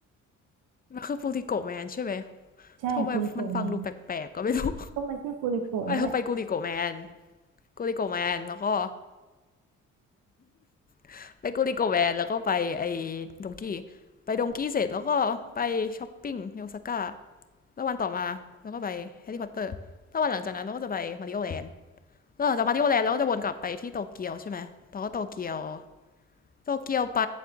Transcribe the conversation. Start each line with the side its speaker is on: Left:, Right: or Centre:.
Left: มันคือกุลิโกะแวนใช่ไหม
Right: ใช่กูริโกะแมน
Left: ทำไมมันฟังดูแปลกๆก็ไม่รู้
Right: ก็มันชื่อกูริโกะนั่นแหละ
Left: ไปเราไปกุลิโกะแมนกุลิโกะแมนแล้วก็ <laughs> ไปกุลิโกะแวนแล้วก็ไปไอ้ดงกี้ไปดงกี้เสร็จแล้วก็ไปช้อปปิ้งในโอซาก้าแล้ววันต่อมาแล้วก็ไปแฮร์รี่พอตเตอร์แล้ววันหลังจากนั้นเราก็จะไปมาริโอแลนด์แล้วหลังจากมาริโอแลนด์เราก็จะวนกลับไปที่โตเกียวใช่ไหมแล้วก็โตเกียวโตเกียวไป